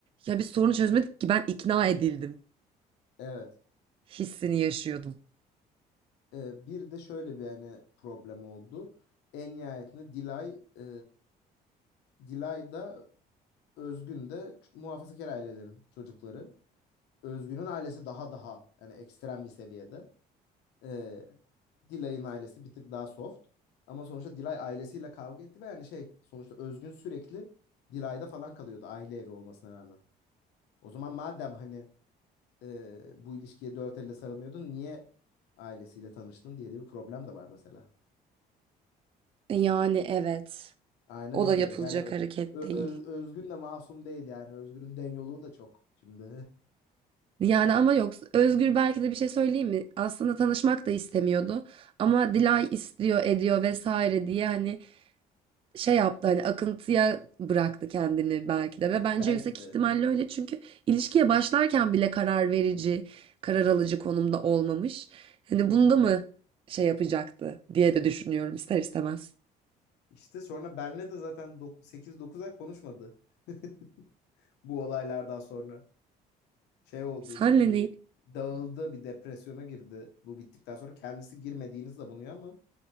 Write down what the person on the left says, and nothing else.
evet.
Ee, bir de şöyle bir hani problem oldu. En nihayetinde Dilay e, Dilay da Özgün de ç- muhafazakar ailelerin çocukları. Özgün'ün ailesi daha daha yani ekstrem bir seviyede. Ee, Dilay'ın ailesi bir tık daha soft. Ama sonuçta Dilay ailesiyle kavga etti ve yani şey sonuçta Özgün sürekli Dilay'da falan kalıyordu aile evi olmasına rağmen. O zaman madem hani e, bu ilişkiye dört elle sarılmıyordun niye ailesiyle tanıştın diye de bir problem de var mesela.
Aynen
öyle.
Yani Ö-
Ö-
Öz- Özgün de masum değil yani. Özgün'ün den yolu da çok. Şimdi
<laughs> belki
de.
İşte sonra benle de zaten 8-9 ay konuşmadı. <laughs> bu olaylardan sonra şey oldu
işte bir
dağıldı bir depresyona girdi bu bittikten sonra kendisi girmediğini savunuyor ama